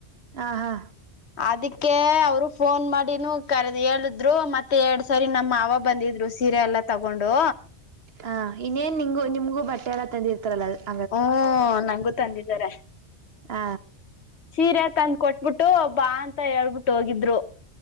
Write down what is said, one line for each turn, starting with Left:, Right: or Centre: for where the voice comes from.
Right: ಆ ಹಾ
Left: ಅದಕ್ಕೆ ಅವರು ಫೋನ್ ಮಾಡಿನೂ ಕರದ್ ಹೇಳಿದ್ರು ಮತ್ತೆ ಎರಡ್ ಸರಿ ನಮ್ಮ ಮಾವ ಬಂದಿದ್ರು ಸೀರೆ ಎಲ್ಲಾ ತಗೊಂಡು
Right: ಹ ಇನ್ನೇನ್ ನಿಂಗು ನಿಮಗೂ ಬಟ್ಟೆ ಎಲ್ಲಾ ತಂದಿರ್ತಾರಲ್ಲ ಅದು
Left: ಹ್ಮ ನಂಗೂ ತಂದಿದ್ದಾರೆ
Right: ಹ
Left: ಚೀರೆ ತಂದ್ ಕೊಟ್ಬಿಟ್ಟು ಬಾ ಅಂತ ಹೇಳ್ಬಿಟ್ಟು ಹೋಗಿದ್ರು